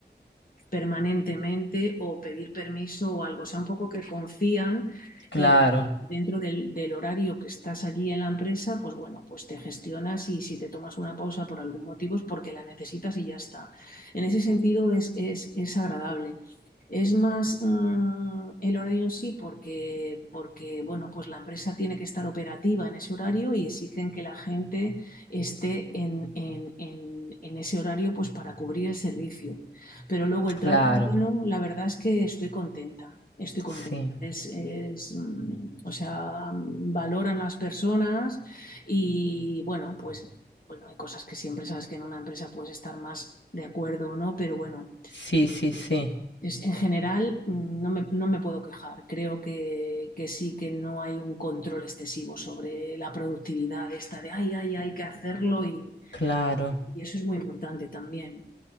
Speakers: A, on the left (about 50°); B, on the left (about 80°).
A: permanentemente o pedir permiso o algo. O sea, un poco que confían
B: Claro,
A: en dentro del, del horario que estás allí en la empresa, pues bueno, pues te gestionas y si te tomas una pausa por algún motivo es porque la necesitas y ya está. En ese sentido es, es, es agradable. Es más mm, el horario en sí porque, porque, bueno, pues la empresa tiene que estar operativa en ese horario y exigen que la gente esté en, en- en- en ese horario pues para cubrir el servicio. Pero luego el trato
B: claro,
A: humano, la verdad es que estoy contenta, estoy contenta.
B: sí,
A: Es, es, mm, o sea, valoran las personas y bueno, pues bueno, hay cosas que siempre sabes que en una empresa puedes estar más de acuerdo o no, pero bueno,
B: sí, sí, sí,
A: es, en general mm, no me, no me puedo quejar. Creo que, que sí que no hay un control excesivo sobre la productividad esta de, ay, ay, hay que hacerlo y,
B: claro.
A: y eso es muy importante también.